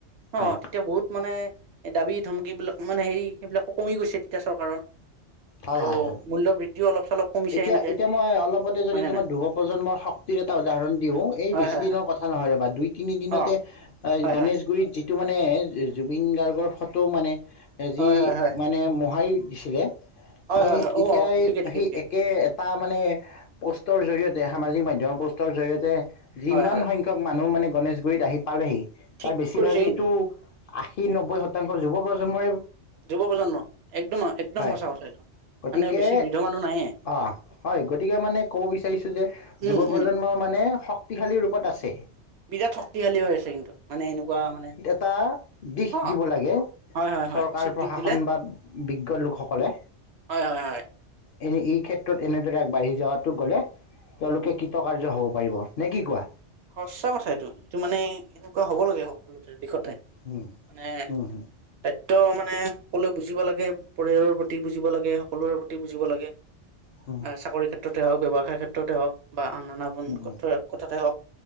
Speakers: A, on the right; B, on the left.
A: অ,
B: হয়।
A: এতিয়া বহুত মানে দাবী ধমকি বিলাক মানে হেৰি সেইবিলাকো কমি গৈছে, তেতিয়া চৰকাৰৰ।
B: হয়,
A: আৰু
B: হয়, হয়।
A: মূল্যবৃদ্ধিও অলপ চলপ, কমিছে
B: এতিয়া
A: সেনেকে
B: এতিয়া মই অলপতে
A: হয়
B: যদি
A: নে
B: তোমাৰ
A: নাই
B: যুৱ প্ৰজন্মৰ শক্তিৰ এটা উদাহৰণ দিওঁ, এই
A: হয়
B: বেছি
A: হয়
B: দিনৰ
A: হয়
B: কথা নহয় ৰবা দুই তিনি দিনতে
A: অ
B: এই
A: হয়
B: গণেশগুৰিত
A: হয়
B: যি এইটো মানে, জুবিন গাৰ্গৰ ফটো মানে
A: হয়
B: যি
A: হয় হয়
B: মানে মোহাৰি দিছিলে,
A: হয় হয়
B: এই
A: হয়
B: তেতিয়াই
A: অ অ ঠিকে ঠিকে
B: সেই
A: ঠিকে
B: একে এটা মানে পষ্টৰ জৰিয়তে সামাজিক মাধ্যমৰ পষ্টৰ জৰিয়তে, যিমান
A: হয় হয়
B: সংখ্যাক মানুহ মানে গণেশগুৰিত আহি পালেহি
A: ঠিক
B: তাৰ বেছিভাগেইতো,
A: কৰিছে কিন্তু এইটো
B: আশী নব্বৈ শতাংশ যুৱ প্ৰজন্মই,
A: যুৱ প্ৰজন্ম একদম একদম
B: হয়
A: সঁচা কথা এইটো,
B: গতিকে
A: মানে বেছি বৃদ্ধ মানুহ নাইয়েই।
B: অ হয়। গতিকে মানে ক'ব বিচাৰিছো যে
A: উম
B: যুৱ প্ৰজন্মৰ
A: উম
B: মানে, শক্তি শক্তিশালী ৰূপত আছে।
A: বিৰাত শক্তিশালী হৈ আছে, কিন্তু মানে এনেকুৱা মানে,
B: তাৰ, দিশ
A: অ
B: দিব লাগে,
A: হয় হয় হয়
B: চৰকাৰ
A: উচিত
B: প্ৰশাসন
A: দিশ দিলে
B: বা বিজ্ঞ লোকসকলে
A: হয় হয় হয়।
B: এনে এই ক্ষেত্ৰত এনেদৰে আগবাঢ়ি যোৱাতো গলে তেওঁলোকে কৃতকাৰ্য হব পাৰিব। নে কি কোৱা?
A: সচা কথা এইটো এইটো মানে এনেকুৱা হব লাগে সকলো দিশতে।
B: উম,
A: মানে
B: উম, হুম,
A: দায়িত্ব মানে সকলোৱে বুজিব লাগে। পৰিয়ালৰ প্ৰতি বুজিব লাগে, সকলোৰে প্ৰতি বুজিব লাগে।
B: হম <inaudible>
A: চাকৰিৰ ক্ষেত্ৰতে হওক, ব্যৱসায়ৰ ক্ষেত্ৰতে হওক। বা আন আন <unintelligible>
B: উম, উম,
A: কথাতে হওঁক